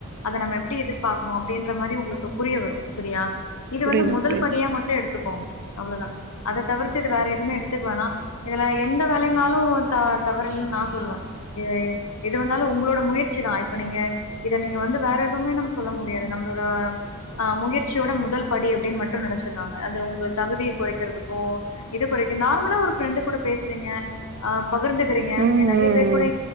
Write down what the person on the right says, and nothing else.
புரியுது
புரியுது
ம்
ம்